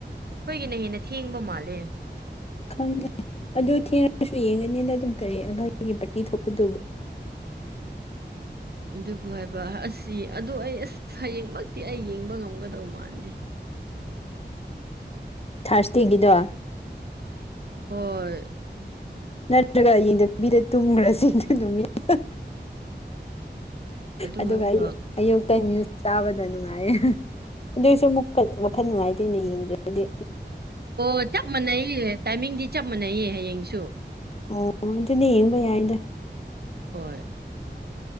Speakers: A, on the right (about 60°); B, on the left (about 35°).
A: ꯑꯩꯈꯣꯏꯒꯤꯅ ꯍꯦꯟꯅ ꯊꯦꯡꯕ ꯃꯥꯜꯂꯦ
B: ꯈꯪꯗꯦ ꯑꯗꯨ ꯊꯦꯡꯉꯁꯨ ꯌꯦꯡꯒꯅꯤꯅ ꯑꯗꯨꯝ ꯀꯔꯤ ꯑꯩꯈꯒꯤ ꯄꯥꯔꯇꯤ ꯊꯣꯛꯄꯗꯨꯕꯨ
A: ꯑꯗꯨꯕꯨ ꯍꯥꯏꯕ ꯑꯁꯤ ꯑ ꯑꯩ ꯑꯁ ꯍꯌꯦꯡꯃꯛꯇꯤ ꯑꯩ ꯌꯦꯡꯕ ꯉꯝꯒꯗꯧ ꯃꯥꯟꯗꯦ
B: ꯊꯥꯔꯁꯇꯦꯒꯤꯗꯣ
A: ꯍꯣꯏ
B: ꯅꯠꯇ꯭ꯔꯒ ꯌꯦꯟꯗꯕꯤꯗ ꯇꯨꯝꯈ꯭ꯔꯁꯤ ꯑꯗꯨ ꯅꯨꯃꯤꯠꯇꯣ
A: ꯑꯗꯨ
B: ꯑꯗꯨꯒ
A: ꯍꯥꯏꯕ
B: ꯑꯌꯨꯛ ꯑꯌꯨꯛꯇꯅꯤ ꯆꯥꯕꯗ ꯅꯨꯡꯉꯥꯏꯌꯦ ꯑꯗꯨꯏꯁꯨꯨꯛ ꯋꯥꯈꯜ ꯅꯨꯡꯉꯥꯏꯇꯦꯅꯦ ꯌꯦꯡꯗ꯭ꯔꯒꯗꯤ
A: ꯑꯣ ꯆꯞ ꯃꯥꯟꯅꯩꯌꯦ ꯇꯥꯏꯃꯤꯡꯗꯤ ꯆꯞ ꯃꯥꯟꯅꯩꯌꯦ ꯍꯌꯦꯡꯁꯨ
B: ꯑꯣ ꯑꯗꯨꯅꯦ ꯌꯦꯡꯕ ꯌꯥꯏꯗ
A: ꯍꯣꯏ